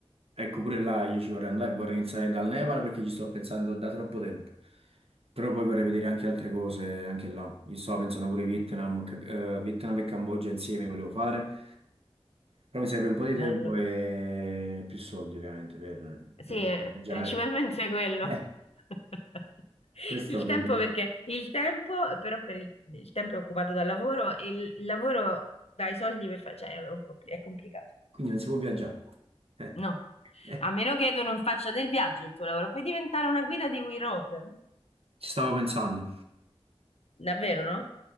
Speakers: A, on the right (about 65°); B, on the left (about 70°).
A: ecco, pure là io ci vorrei andare, vorrei iniziare dal Nepal perché ci sto pensando da troppo tempo. Però poi vorrei vedere anche altre cose anche là. Io stavo pensando pure Vietnam, Ca- eh, Vietnam e Cambogia insieme volevo fare. Però mi serve un po' di
B: bello.
A: tempo e più soldi ovviamente per,
B: Sì,
A: per
B: eh,
A: viaggiare.
B: principalmente quello.
A: Eh,
B: <laughs>
A: questo
B: Il
A: potrebbe...
B: tempo perché il tempo, però per il, il tempo è occupato dal lavoro e il lavoro dai soldi per fare, cioè è, un compli- è complicato.
A: Quindi non si può viaggiare. Eh.
B: No,
A: <laughs>
B: a meno che tu non faccia del viaggio il tuo lavoro, puoi diventare una guida di We Road. no?
A: Ci stavo pensando.
B: Davvero, no?